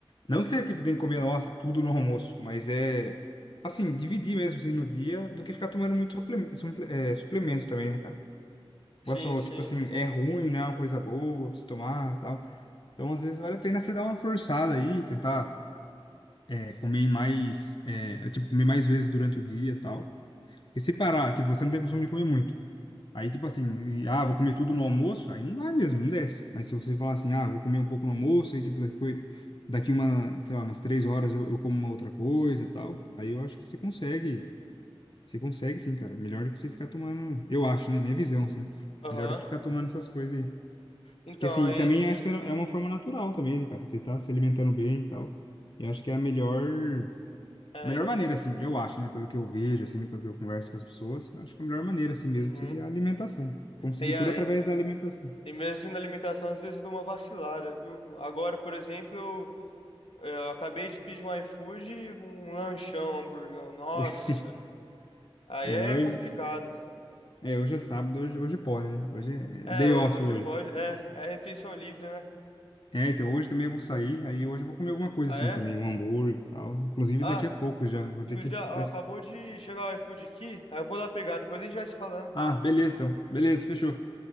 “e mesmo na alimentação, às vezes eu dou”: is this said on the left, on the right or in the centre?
Left